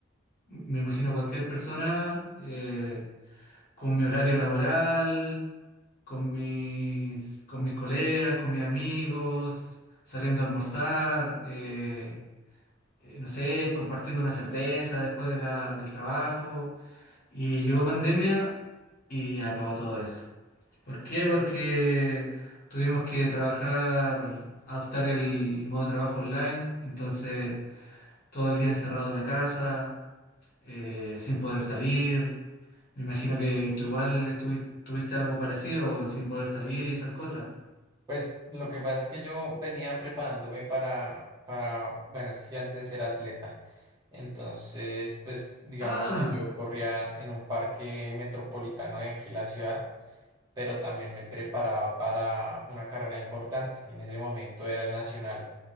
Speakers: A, on the left; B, on the right.
A: me imagino, cualquier persona, eh, con mi horario laboral con mis, con mis colegas, con mis amigos, saliendo a almorzar, eh, eh, no sé, compartiendo una cerveza después de la- del trabajo. Y llegó pandemia y acabó todo eso. ¿Por qué? Porque tuvimos que trabajar, adoptar el modo de trabajo online, entonces todo el día encerrado en la casa, eh, sin poder salir. Me imagino que tú igual estuvi- tuviste algo parecido, sin poder salir y esas cosas.
B: Pues lo que pasa es que yo venía preparándome para, para, bueno, es que yo antes era atleta. Entonces, pues digamos
A: Ah,
B: que yo corría en un parque metropolitano de aquí la ciudad. pero también me preparaba para una carrera importante. En ese momento era el nacional,